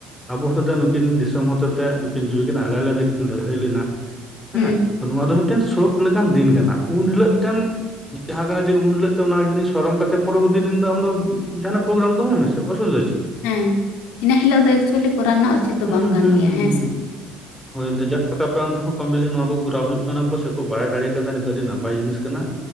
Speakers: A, in the centre; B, on the left.
A: ᱟᱵᱚ ᱦᱚᱛᱮ ᱛᱮ ᱱᱩᱠᱤᱱ ᱫᱤᱥᱚᱢ ᱦᱚᱛᱮ ᱛᱮ ᱱᱩᱠᱤᱱ ᱡᱤᱣᱤᱠᱤᱱ ᱟᱞᱟᱭ ᱟᱠᱤᱱ ᱞᱟᱹᱲᱦᱟᱹᱭ ᱞᱮᱱᱟ ᱦᱮᱸ,
B: ᱦᱩᱸ
A: ᱱᱚᱣᱟ ᱫᱚ ᱢᱤᱫᱴᱮᱱ ᱥᱳᱠ ᱞᱮᱠᱟᱱ ᱫᱤᱱ ᱠᱟᱱᱟ ᱩᱱ ᱦᱤᱞᱳ ᱴᱮᱱ ᱡᱟᱦᱟᱸᱜᱟᱨᱟ ᱫᱤᱱ ᱩᱱ ᱦᱤᱞᱳᱜ ᱛᱮ ᱚᱱᱟ ᱡᱤᱱᱤᱥ ᱥᱚᱨᱚᱨᱚᱢ ᱠᱟᱛᱮ ᱯᱚᱨᱚᱵᱚᱨ ᱫᱤᱱ ᱫᱚ ᱟᱢ ᱫᱚ ᱡᱟᱦᱟᱱᱟᱜ ᱯᱨᱳᱜᱨᱟᱢ ᱫᱚᱦᱚᱭ ᱢᱮ ᱥᱮ ᱚᱥᱩᱣᱤᱫᱷᱟ ᱪᱮᱫ?
B: ᱦᱮᱸ, ᱤᱱᱟᱹ ᱦᱤᱞᱳᱜ ᱫᱚ ᱮᱠᱪᱩᱭᱮᱞᱤ ᱠᱚᱨᱟᱣ ᱨᱮᱱᱟᱜ ᱩᱪᱤᱛ ᱫᱚ
A: ᱦᱩᱸ
B: ᱵᱟᱝ ᱠᱟᱱ
A: ᱦᱩᱸ
B: ᱜᱮᱭᱟ
A: ᱦᱩᱸ
B: ᱦᱮᱸ
A: ᱦᱩᱸ
B: ᱥᱮ?
A: ᱦᱳᱭ ᱫᱚ ᱡᱟ ᱟᱯᱮ ᱚᱱᱛᱮ ᱦᱚᱸ ᱠᱚᱢ ᱵᱮᱥᱤ ᱱᱚᱣᱟ ᱠᱚᱨᱟᱣ ᱦᱩᱭᱩᱜ ᱠᱟᱱᱟ, ᱠᱚ ᱥᱮᱠᱚ ᱵᱟᱲᱟᱭ ᱫᱟᱲᱮ ᱠᱟᱫᱟ ᱱᱤ ᱫᱚ ᱟᱹᱰᱤ ᱱᱟᱯᱟᱭ ᱡᱤᱱᱤᱥ ᱠᱟᱱᱟ